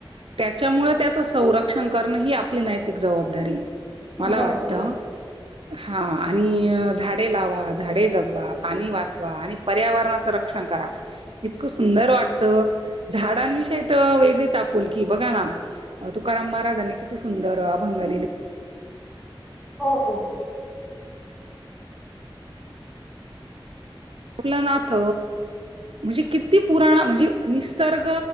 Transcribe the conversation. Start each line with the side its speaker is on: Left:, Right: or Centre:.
Right: त्याच्यामुळे त्याचं संरक्षण करणं ही आपली नैतिक जबाबदारी मला
Centre: बरोबर
Right: वाटतं. हा आणि झाडे लावा झाडे जगवा पाणी वाचवा आणि पर्यावरणाचं रक्षण करा. इतकं सुंदर वाटतं झाडांविषयी तर वेगळीच आपुलकी बघा ना तुकाराम महाराजांनी किती सुंदर अभंग
Centre: हो हो!
Right: आपलं नाथ म्हणजे किती पुराण म्हणजे निसर्ग